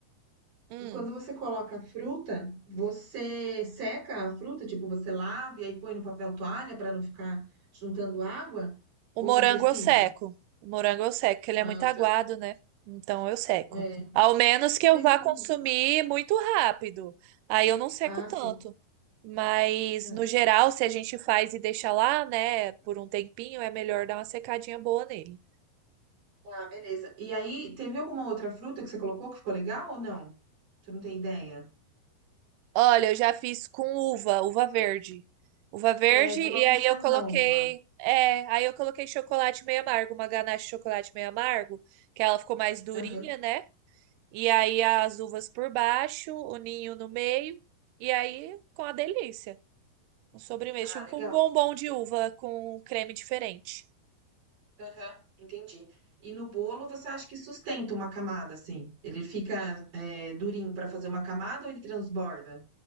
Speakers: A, on the right; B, on the right.
A: Hum,
B: quando você coloca a fruta, você seca a fruta, tipo, você lava e aí põe no papel toalha para não ficar juntando água? Ou
A: o morango
B: não precisa?
A: eu seco. O morango eu seco, porque ele
B: Ah,
A: é muito aguado,
B: tá.
A: né? Então eu seco.
B: É.
A: Ao menos que
B: Teve
A: eu vá
B: alguma.
A: consumir muito rápido. Aí eu não seco
B: Ah,
A: tanto.
B: sim.
A: Mas,
B: Tá.
A: no geral, se a gente faz e deixa lá, né, por um tempinho, é melhor dar uma secadinha boa nele.
B: Ah, beleza. E aí, teve alguma outra fruta que você colocou que ficou legal ou não? Você não tem ideia?
A: Olha, eu já fiz com uva, uva verde. Uva verde,
B: É, tava
A: e
B: pensando
A: aí eu coloquei.
B: na uva.
A: É, aí eu coloquei chocolate meio amargo, uma ganache de chocolate meio amargo, que ela ficou mais durinha,
B: Aham.
A: né? E aí as uvas por baixo, o ninho no meio, e aí com a delícia. Um sobremesa,
B: Ah,
A: tipo
B: legal.
A: um bombom de uva com creme diferente.
B: Aham, entendi. E no bolo, você acha que sustenta uma camada, assim? Ele fica, é, durinho pra fazer uma camada ou ele transborda?